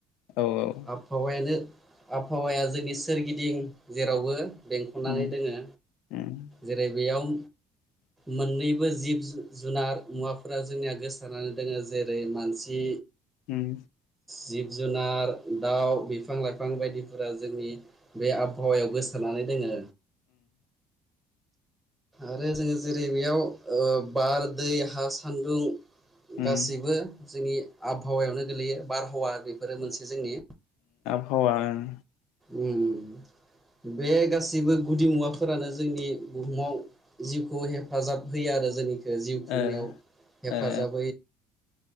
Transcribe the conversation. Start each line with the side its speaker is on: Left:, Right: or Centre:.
Left: औ औ।
Centre: आबहावायानो आबहावाया जोंनि सोरगिदिं जेरावबो बेंखननानै
Left: उम
Centre: दोङो
Left: उम
Centre: जेरै बेयाव
Left: <inaudible>
Centre: मोननैबो जिब जु-जुनार मुवाफोरा जोंनिया गोसारनानै दोंङो जेरै मानसि
Left: उम
Centre: जिब जुनार दाउ बिफां लाइफां बायदिफोरा जोंनि बे आबहावायाव गोसारनानै दोङो आरो जोङो जेरै बेयाव ओ बार दै हा सान्दुं गासैबो
Left: उम
Centre: जोंनि आबहावायावनो गोलैयो बारहावा बेफोरो मोनसे जोंनि
Left: हावा ओं
Centre: उम बे गास सैबो गुदि मुवाफोरानो जोंनि बुहुमाव जिउखौ हेफाजाब होयो आरो जों ओ जिउ खुंनायाव
Left: ओ
Centre: हेफाजाब
Left: ओ